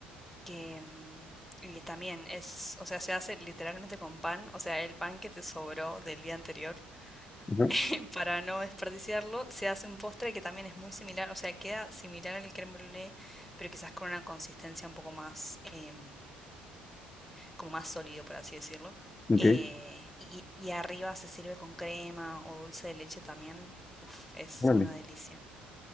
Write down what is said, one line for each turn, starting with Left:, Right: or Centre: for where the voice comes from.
Centre: que mm, y también es, o sea, se hace literalmente con pan, o sea, el pan que te sobró del día anterior,
Left: ajá.
Centre: <laughs> para no desperdiciarlo, se hace un postre que también es muy similar, o sea, queda similar al crème brûlée, pero quizás con una consistencia un poco más, em, como más sólido, por así decirlo.
Left: Ok,
Centre: Eh, y, y arriba se sirve con crema o dulce de leche también. Uf, es
Left: órale.
Centre: una delicia.